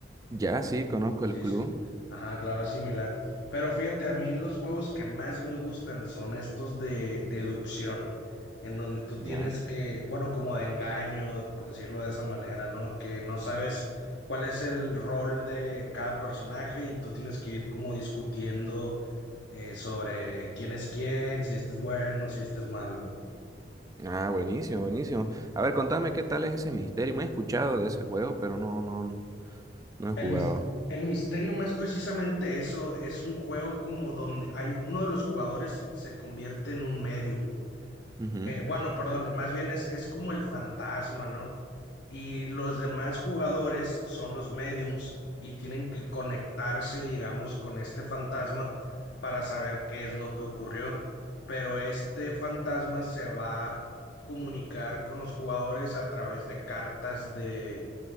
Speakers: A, on the right; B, on the left.
A: Ya, sí, conozco
B: Sí,
A: el club.
B: sí. Ajá, claro, es similar. Pero fíjate, a mí los juegos que más me gustan son estos de deducción, en donde tú
A: Ya.
B: tienes que, bueno, como de engaño, por decirlo de esa manera, ¿no? Que no sabes cuál es el rol de cada personaje y tú tienes que ir como discutiendo eh, sobre quién es quién, si este es bueno, si este es malo, ¿no?
A: Ah, buenísimo, buenísimo. A ver, contame qué tal es ese misterio. Me he escuchado de ese juego, pero no, no, no he
B: El,
A: jugado.
B: mis- el misterio más precisamente eso, es un juego como donde hay uno de los jugadores se convierte en un medium.
A: Ujú,
B: Eh, bueno, perdón, eh, más bien es, es como el fantasma, ¿no? Y los demás jugadores son los mediums y tienen que conectarse, digamos, con este fantasma para saber qué es lo que ocurrió. Pero este fantasma se va a comunicar con los jugadores a través de cartas de,